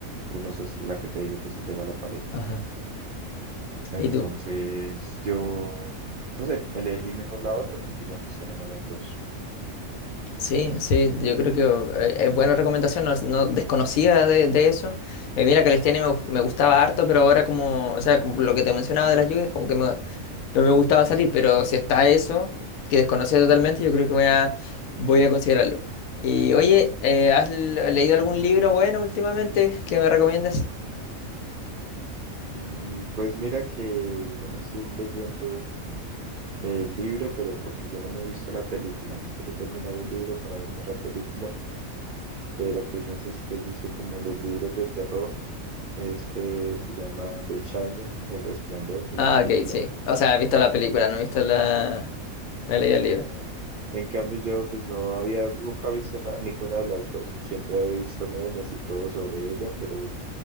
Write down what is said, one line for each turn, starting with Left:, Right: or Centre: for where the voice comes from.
Right: uno sos- la que te digo que se pega a la pared.
Left: Ajá.
Right: Entonces,
Left: ¿Y tú?
Right: yo, no sé, elegí mejor la otra porque igual pues tenemos las dos.
Left: Sí, sí, yo creo que eh, es buena recomendación, no, no desconocía de, de eso. Eh, mira, calistenia me, gu- me gustaba harto, pero ahora como, o sea, como lo que te mencionaba de las lluvias, como que me- no me gustaba salir, pero si está eso, que desconocía totalmente, yo creo que voy a, voy a considerarlo. Y oye, eh, ¿has l- leído algún libro bueno últimamente que me recomiendes?
Right: Mm, Pues mira que yo me estoy leyendo el libro, pero porque yo no me he visto la película, me quiero terminar el libro para verme la película pero pues no sé si te guste como los libros de terror. Este se llama The Shining, El Resplandor de
Left: Ah,
Right: la película.
Left: ok, sí. O sea, he visto la película, no he visto la... No he leído el libro.
Right: Ah, en cambio yo pues no había nunca visto na- ninguna de las dos y siempre había visto memes y todo sobre ella, pero